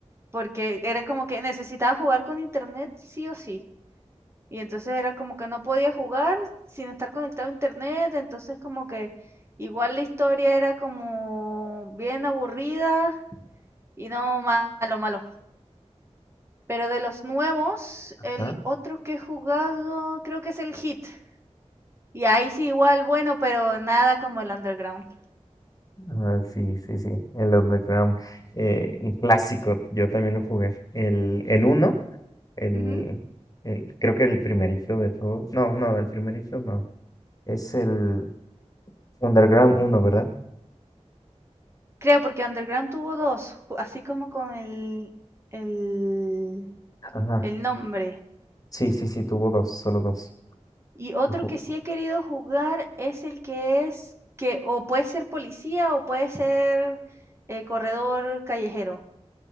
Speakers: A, on the right; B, on the left.
A: porque era como que necesitaba jugar con Internet sí o sí. Y entonces era como que no podía jugar sin estar conectado a Internet, entonces como que igual la historia era como bien aburrida y no, malo, malo. Pero de los nuevos,
B: ajá.
A: el otro que he jugado creo que es el Hit. Y ahí sí igual bueno, pero nada como el Underground.
B: Ah, sí, sí, sí. El Underground, eh, un clásico. Yo también lo jugué. El, el uno, el,
A: Ujú.
B: el- creo que el primerito de todos. No, no, el primerito no. Es el Underground uno, ¿verdad?
A: Creo, porque Underground tuvo dos, ju- así como con el, el,
B: Ajá.
A: el nombre.
B: Sí, sí, sí, tuvo dos, solo dos.
A: Y otro
B: Yo ju-
A: que sí he querido jugar es el que es que o puede ser policía o puede ser eh, corredor callejero.